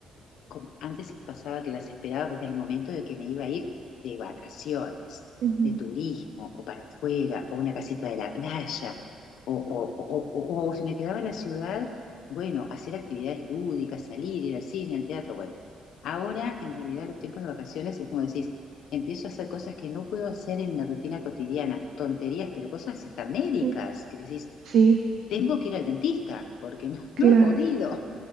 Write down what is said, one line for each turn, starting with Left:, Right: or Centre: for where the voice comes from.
Left: como antes pasaba que las esperaba porque era el momento de que me iba a ir de vacaciones,
Right: Ujú.
Left: de turismo, o para afuera, o una casita de la playa, o, o, o, o- o si me quedaba en la ciudad, bueno, hacer actividades lúdicas, salir, ir al cine, al teatro, bueno. Ahora, en realidad, los tiempos de vacaciones es como decís, empiezo a hacer cosas que no puedo hacer en la rutina cotidiana, tonterías, pero cosas hasta médicas,
Right: Mm,
Left: que decís,
Right: Sí,
Left: tengo que ir al dentista porque no, <laughs>
Right: claro,
Left: no he podido,